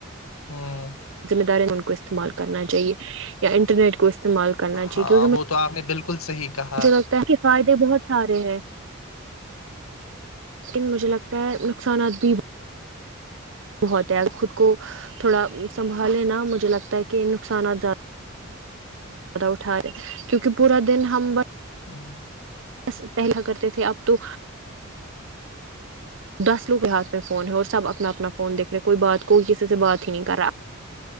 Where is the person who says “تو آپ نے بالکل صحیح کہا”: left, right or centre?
Left